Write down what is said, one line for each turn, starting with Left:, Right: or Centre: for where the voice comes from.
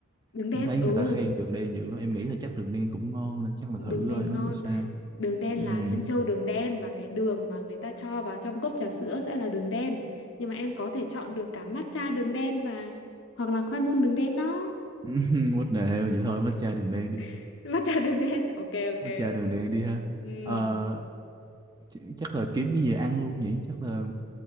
Left: đường
Right: em
Left: đen
Right: thấy
Left: ừ
Right: người ta khen đường đen dữ lắm em nghĩ là chắc đường đen cũng ngon nên chắc là
Left: đường
Right: thử rồi
Left: đen
Right: nó
Left: ngon
Right: làm sao
Left: đường đen
Right: Ừm,
Left: là trân châu đường đen và cái đường mà người ta cho vào trong cốc trà sữa sẽ là đường đen nhưng mà em có thể chọn được cả matcha đường đen và hoặc là khoai môn đường đen đó
Right: <laughs> what the hell vậy thôi matcha đường đen đi
Left: <laughs> matcha đường đen ok ok
Right: matcha đường đen đi ha
Left: ừ.
Right: Ờ, ch- chắc là kiếm cái gì ăn luôn nhỉ chắc là